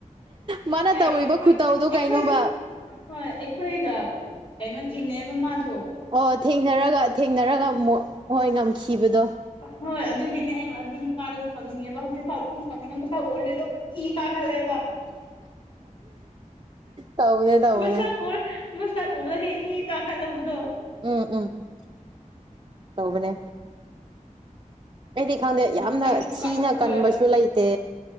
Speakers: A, on the right; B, on the left.
A: ꯃꯥꯅ
B: ꯑꯦ
A: ꯇꯧꯔꯤꯕ
B: ꯑꯩꯈꯣꯏ
A: ꯈꯨꯠꯇꯧꯗꯣ
B: ꯑꯩꯈꯣꯏꯒ
A: ꯀꯩꯅꯣꯕ
B: ꯍꯣꯏ ꯑꯩꯈꯣꯏꯒ ꯀꯩꯅꯣ ꯊꯦꯡꯅꯩꯕ ꯃꯥꯗꯨ
A: ꯑꯣ ꯊꯦꯡꯅꯔꯒ ꯊꯦꯡꯅꯔꯒ ꯃꯣ ꯍꯣꯏ ꯉꯝꯈꯤꯕꯗꯣ
B: ꯍꯣꯏ ꯑꯗꯨꯒꯤꯅꯦ ꯑꯩ ꯑꯗꯨ ꯅꯨꯄꯥꯗꯣ ꯁꯥꯎꯅꯤꯡꯉꯦꯕ ꯍꯧꯖꯤꯛ ꯐꯥꯎ ꯑꯗꯨꯝ ꯁꯥꯎꯅꯤꯡꯉꯦ ꯃꯁꯛ ꯎꯔꯗꯤ ꯑꯗꯨꯝ ꯏ ꯀꯥꯈꯠꯂꯛꯑꯦꯕ
A: ꯇꯧꯕꯅꯦ ꯇꯧꯕꯅꯦ
B: ꯃꯁꯛ ꯎ ꯃꯁꯛ ꯎꯕꯗ ꯍꯦ ꯏ ꯀꯥꯈꯠꯂꯛꯄꯗꯣ
A: ꯎꯝ ꯎꯝ ꯇꯧꯕꯅꯦ ꯑꯩꯗꯤ ꯈꯪꯗꯦ ꯌꯥꯝꯅ
B: ꯃꯁꯛ ꯈꯨꯀꯥꯛꯇꯨꯒ
A: ꯊꯤꯅ ꯀꯟꯕꯁꯨ ꯂꯩꯇꯦ